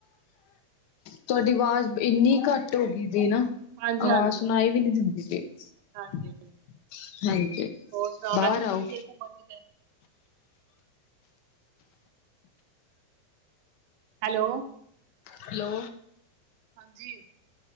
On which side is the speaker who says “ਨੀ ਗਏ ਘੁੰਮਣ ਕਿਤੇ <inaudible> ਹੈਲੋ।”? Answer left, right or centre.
Right